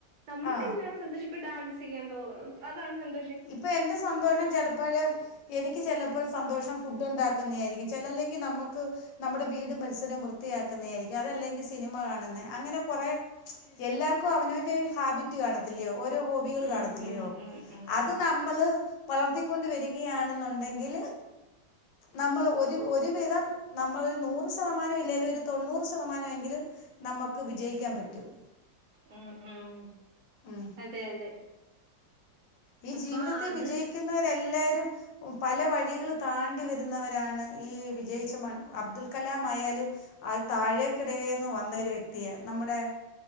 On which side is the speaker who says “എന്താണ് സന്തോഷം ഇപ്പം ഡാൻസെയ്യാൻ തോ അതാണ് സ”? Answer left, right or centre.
Right